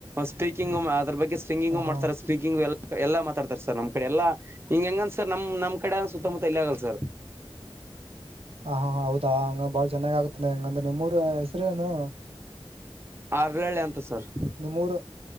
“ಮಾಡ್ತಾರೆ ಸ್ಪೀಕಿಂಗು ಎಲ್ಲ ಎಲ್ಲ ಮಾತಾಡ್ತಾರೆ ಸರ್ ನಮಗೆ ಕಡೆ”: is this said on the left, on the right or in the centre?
Right